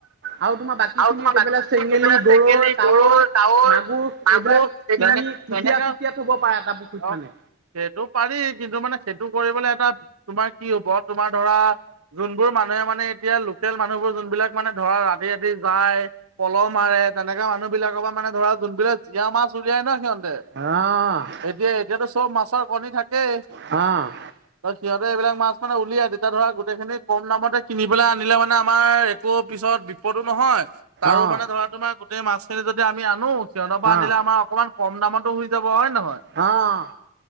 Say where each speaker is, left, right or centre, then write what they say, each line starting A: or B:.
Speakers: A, on the right; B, on the right.
A: আৰু তোমাৰ বাকীখিনিত
B: আৰু তোমাৰ বাকি
A: এইবিলাক চেঙেলী,
B: যি
A: গৰৈ,
B: চেঙেলি
A: কাৱৈ
B: গৰৈ কাৱৈ
A: মাগুৰ
B: মাগুৰ
A: এইবিলাক শিঙি কুচিয়া
B: তেনেকা
A: চুচিয়া থব পাৰা এটা পুখুৰীত
B: অ
A: মানে।
B: সেইটো পাৰি কিন্তু মানে সেইটো কৰিবলৈ এটা তোমাৰ কি হব তোমাৰ ধৰা যোনবোৰ মানুহে মানে এতিয়া লোকেল মানুহবোৰ যোনবিলাক মানে ধৰা ৰাতি ৰাতি যায় পলহ মাৰে তেনেকা মানুহ বিলাকৰ পৰা মানে ধৰা যোনবোৰ জীয়া মাছ উলাই ন
A: অ',
B: এতিয়া এতিয়াতো চব মাছৰ কণী থাকেই
A: অ',
B: ত সিহঁতে এইবিলাক মাছ মানে উলিয়াই তেতিয়া ধৰা গোটেইখিনি কম দামতে কিনিব আনিলে মানে আমাৰ একো পিছত বিপদো নহয় তাৰো
A: অ',
B: মানে ধৰা তোমাৰ গ গোটেই মাছখিনি আমি আনো সিহঁতৰ পৰা আনিলে
A: অ',
B: আমাৰ অকণমান কম দামতো হৈ যাব হয় নহয়
A: অ',